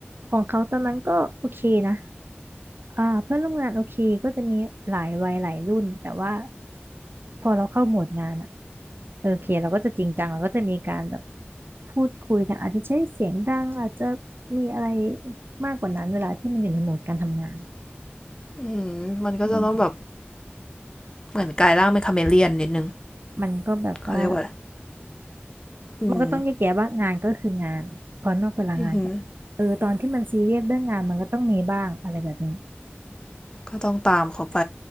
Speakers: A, on the right; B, on the left.
A: ของเขาตอนนั้นก็โอเคนะอ่าเพื่อนร่วมงานโอเคก็จะมีหลายวัยหลายรุ่นแต่ว่า พอเราเข้าโหมดงานอะเออโอเคเราก็จะจริงจังเราก็จะมีการแบบพูดคุยกันอาจจะใช้เสียงดังอาจจะมีอะไรมากกว่านั้นเวลาที่มันอยู่ในโหมดการทำงาน
B: อืมมันก็จะต้องแบบ
A: อืม
B: เหมือนกลายร่างเป็นคาเมเลียนนิดนึง
A: มันก็แบบว่า
B: เขาเรียกว่าอะไรอืม
A: มันก็ต้องแยกแยะว่างานก็คืองานพอนอกเวลางานก็เออตอนที่มันซีเรียสเรื่องงานมันก็ต้องมีบ้างอะไรแบบนี้
B: อือฮึก็ต้องตามเขาไป